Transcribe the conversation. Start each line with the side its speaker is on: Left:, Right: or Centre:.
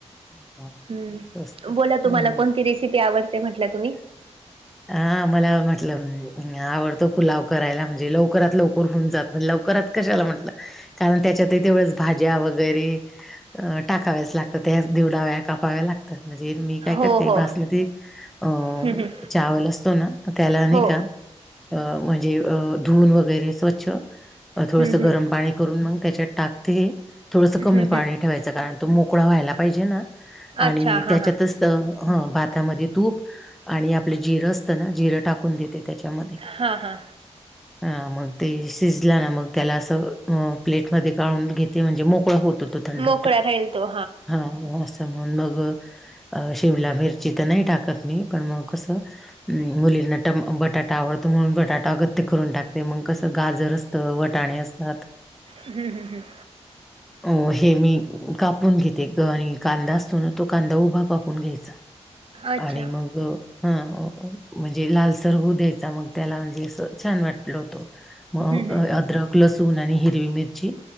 Centre: हं,
Right: हम्म
Centre: असं असतं
Right: बोला तुम्हाला
Centre: हम्म
Right: कोणती रेसिपी आवडते म्हटलं तुम्ही.
Centre: <inaudible> हा मला म्हटलं आवडतं पुलाव करायला म्हणजे लवकरात लवकर होऊन जात म्ह लवकरात. कशाला म्हटलं कारण त्याच्यातही तेवढंच भाज्या वगैरे, अ टाकाव्याच लागतात त्याच दिवडाव्या कापाव्या लागतात म्हणजे मी. काय
Right: हो
Centre: करते
Right: हो
Centre: बासमती अ
Right: हम्म हम्म
Centre: चावल असतो ना त्याला नाही
Right: हो
Centre: का. अ म्हणजे अ धुवून वैगेरे स्वच्छ. थोडंसं
Right: हम्म हम्म
Centre: गरम पाणी करून मग त्याच्यात टाकते. थोडंसं
Right: हम्म
Centre: कमी पाणी
Right: हम्म.
Centre: ठेवायचं कारण तो मोकळा व्हायला पाहिजे ना
Right: अच्छा
Centre: आणि
Right: हां
Centre: त्याच्यातच,
Right: हां
Centre: ह भातामध्ये तूप आणि आपलं जिरं असतं ना जिरं टाकून देत. त्याच्यामध्ये,
Right: हां हां
Centre: अ मग ते शिजला ना मग त्याला असं प्लेटमध्येध्ये काढून घेते म्हणजे मोकळा होत, थंड
Right: मोकळा राहील तो
Centre: हा! म मिर तर नाही सिमला मिरची टाकत म पण म कस, मुलींना टम बटाटा आवडतो म्हणून बटाटा अगत्य करून टाकते मग कसं गाजर असतं वटाणे असतं. आात,
Right: हम् हम् हम्म!
Centre: अ हे मी कापून घेते ग आणि कांदा असतो ना तो कांदा उभा कापतो. फकून घ्यायचा
Right: अच्छा
Centre: आणि मग, हा म्हणजे लालसर होऊ द्यायचा मग त्याला म्हणजे असं छान वाटल होतं.
Right: हम्म
Centre: मग
Right: हम्म हम्म.
Centre: अद्रक लसूण आणि हिरवी मिरची